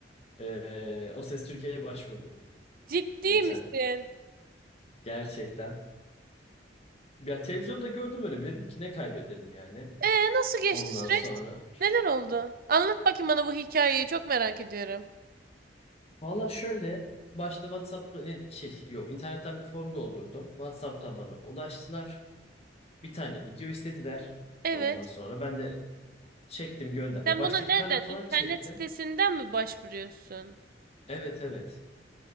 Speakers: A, on the left; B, on the right.
A: Ee, O Ses Türkiye'ye başvurdum
B: Ciddi
A: geçen.
B: misin?
A: Gerçekten. Ya televizyonda gördüm öyle. Dedim ki ne kaybederim yani.
B: Ee nasıl geçti
A: Ondan
B: süreç?
A: sonra.
B: Neler oldu? Anlat bakayım bana bu hikayeyi. Çok merak ediyorum.
A: Valla şöyle. Başta WhatsApp'ta e, şey yok internetten bir form doldurdum. WhatsApp'tan bana ulaştılar. Bir tane video istediler.
B: Evet.
A: Ondan sonra ben de Çektim gönder. Ya
B: Sen
A: baştaki
B: buna nereden?
A: tarla falan
B: İnternet
A: çektim.
B: sitesinden mi başvuruyorsun?
A: Evet evet.